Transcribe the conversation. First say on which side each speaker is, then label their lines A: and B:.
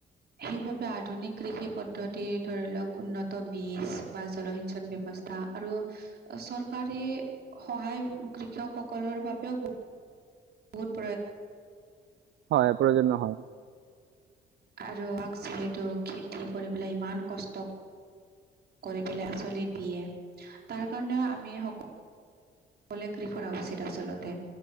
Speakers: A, on the right; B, on the right.
A: সেইবাবে আধুনিক কৃষি পদ্ধতিৰ ধৰি লওক উন্নত বীজ বা জলসিঞ্চন ব্যৱস্থা। আৰু চৰকাৰী সহায় কৃষক সকলৰ বাবেও। বহুত।
B: হয় প্ৰয়োজন হয়।
A: আৰু আমাক যিহেতু খেতি কৰি পেলাই ইমান কষ্ট। কৰি পেলাই আচলি দিয়ে তাৰ কাৰণেও আমি সকল। লে ক কৰা উচিত আচলতে